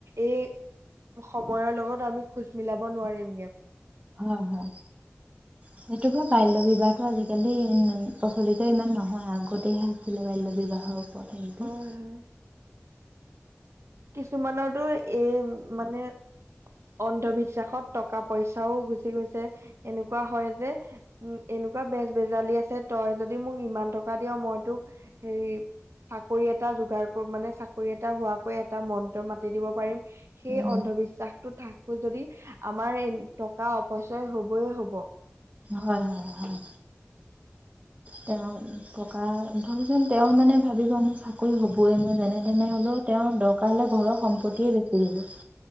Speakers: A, on the right (about 75°); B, on the right (about 30°).
A: এই, সময়ৰ লগত আমি খোজ মিলাব নোৱাৰিম।
B: হয়, হয়। সে টোতো বাল্য বিবাহটো আজিকালি ইম প্ৰচলিত ইমান নহয়, আগতেহে আছিলে বাল্য বিবাহৰ ওপৰত। এইটো
A: হয়
B: <inaudible>
A: হয়। কিছুমানৰতো এ মানে অন্ধবিশ্বাসত টকা পইচাও গুচি গৈছে, এনেকুৱা হয় যে উম, এন এনেকুৱা বেজ বেজালি আছে তই যদি মোক ইমান টকা দিয় মই তোক হেৰি চাকৰি এটা যোগাৰ কৰোঁ মানে চাকৰি এটা হোৱা কৈ এটা মন্ত্ৰ মাতি দিব পাৰিম, সেই
B: উম,
A: অন্ধবিশ্বাসতো থাকবো যদি আমাৰ এই ত টকা অপচয় হ'বয়ে হ'ব।
B: হয় হয় হয়। তেওঁ টকা ধৰকচোন তেওঁ মানে ভাবিব মোৰ চাকৰি হ'বই মই যেনে তেনে হ'লেও তেওঁ দৰকাৰ হ'লে ঘৰৰ সম্পত্তিয়ে বিক্ৰি দিব।